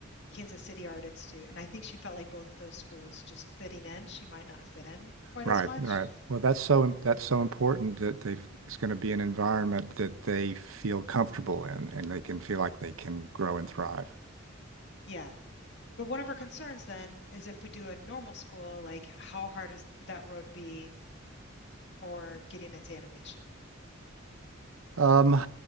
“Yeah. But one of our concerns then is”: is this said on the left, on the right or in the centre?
Left